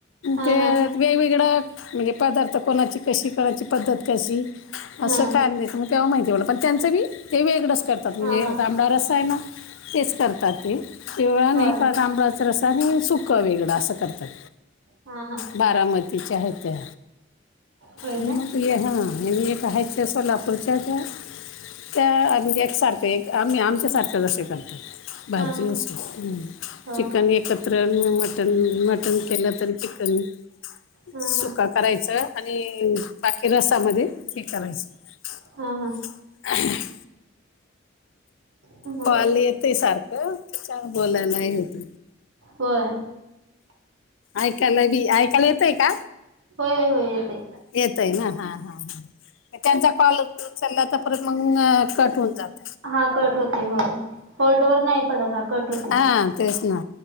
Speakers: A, on the right (about 70°); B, on the left (about 65°).
A: हा
B: ते
A: हा
B: वेगवेगळां म्हणजे पदार्थ कोणाची कशी कोणाची पद्धत कशी
A: हा
B: असं म तेव्हा माहिती वा पण त्यांचं मी ते वेगळं करतात म्हणजे
A: हा हा
B: आंबड रस्सा आहे ना. तेच करतात ते तेवळा नाही
A: होय
B: तांबळा चा रसा आणि सुकं वेगळं असं करतात.
A: हा हा
B: बारामती च्या आहे त्या
A: होय
B: म
A: काय
B: ल काही त्या सोलापूरच्या त्या त्या आ एक सारखे एकम आमच्या सारखे जसे लत भाजी
A: हा हा
B: नुसत
A: होय
B: चिकन एकत्र मटन मटन केलं तर चिकन
A: हा
B: सुका
A: हा
B: करायचं आणि बाकी रसामध्ये ते लायच
A: हा हा हा
B: कॉल येतय सारखं त्याचं न बोलायलाही होत
A: होय.
B: ऐकायला बी ऐकायला येतय का?
A: होय होत येतेय.
B: येत आहे ना हा हा ह त्यांचा कॉल उचलला तर परत मग कट होऊन जातो.
A: हा कट होते हो होल्डोवर नाही पडत हा कट होतोय.
B: हां तेसना.